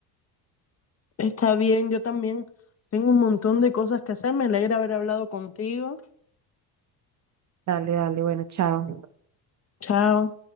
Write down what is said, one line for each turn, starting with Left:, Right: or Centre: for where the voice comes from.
Left: Está bien, yo también tengo un montón de cosas que hacer. Me alegra haber hablado contigo.
Right: Dale, dale, bueno, chao.
Left: Chao.